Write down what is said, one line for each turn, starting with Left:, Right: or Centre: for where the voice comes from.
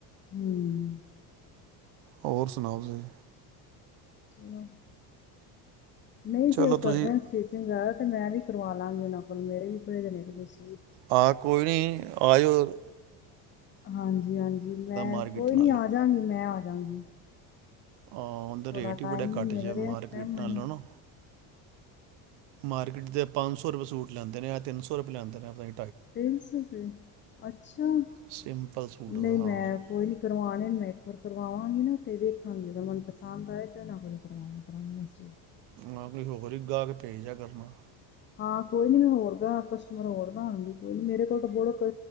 Left: ਹਮ
Right: ਹੋਰ ਸੁਣਾਓ ਤੁਸੀਂ
Left: ਚੱਲੋ ਨਹੀਂ
Right: ਚਲੋ
Left: ਜੀ ਉਹ
Right: ਤੁਸੀਂ
Left: ਕਰਦੈ ਸਟਿਚਿੰਗ <unintelligible> ਤੇ ਮੈਂ ਵੀ ਕਰਵਾ ਲਾਂਗੀ ਉਹਨਾਂ ਕੋਲ ਮੇਰੇ ਵੀ ਪਏ ਦੇ ਨੇ ਇੱਕ ਦੋ ਸੂ
Right: ਹਾਂ ਕੋਈ ਨੀ ਆ ਜਾਓ। <unintelligible>
Left: ਹਾਂਜੀ-ਹਾਂਜੀ ਮੈਂ
Right: ਮਾਰਕੀਟ
Left: ਕੋਈ
Right: ਨਾਲੋਂ
Left: ਨੀ ਆ ਜਾਗੀ ਮੈਂ ਆ ਜਾਂਗੀ।
Right: ਹਾਂ ਉਹਦਾ
Left: ਥੋੜ੍ਹਾ
Right: ਰੇਟ ਹੀ
Left: ਟਾਈਮ
Right: ਬੜਾ
Left: ਨਹੀਂ
Right: ਘੱਟ
Left: ਮਿਲ
Right: ਜਿਹਾ
Left: ਰਿਹਾ
Right: ਮਾਰਕੀਟ
Left: ਇਸ ਟਾਈਮ ਮੈਨੂੰ
Right: ਨਾਲੋਂ ਨਾ। ਮਾਰਕੀਟ ਦੇ ਪੰਜ ਸੌ ਰੁਪਏ ਸੂਟ ਲੈਂਦੇ ਨੇ, ਏ ਤਿੰਨ ਸੌ ਰੁਪਏ ਲੈਂਦੇ ਨੇ ਆਪਣੇ।
Left: ਤਿੰਨ ਸੌ ਰੁਪਏ, ਅੱਛਾ,
Right: ਸਿੰਪਲ ਸੂਟ ਦਾ
Left: ਨਹੀਂ
Right: ਹਾਂ
Left: ਮੈਂ ਕੋਈ ਨੀ ਕਰਵਾਣੇ ਮੈਂ ਇੱਕ ਵਾਰ ਕਰਵਾਵਾਂਗੀ ਨਾ ਤੇ ਵੇਖਾਂਗੀ, ਐ ਪਸੰਦ ਆਏ ਤੇ ਉਹਨਾਂ ਕੋਲ ਕਰਵਾਵਾਂ ਕਰਾਂਗੀ ਮੈਂ ਸੂਟ।
Right: ਮੈਂ ਕੋਈ ਹੋਰ ਹੀ ਗਾਹਕ ਭੇਜ ਦਿਆ ਕਰਨਾ।
Left: ਹਾਂ ਕੋਈ ਨੀ ਮੈਂ ਹੋਰ ਗਾਹਕ ਕਟਮਰ ਹੋਰ ਤਾਂ ਆਉਣਗੇ, ਕੋਈ ਨੀ ਮੇਰੇ ਕੋਲ ਤਾਂ ਬੁੜ ਕੇ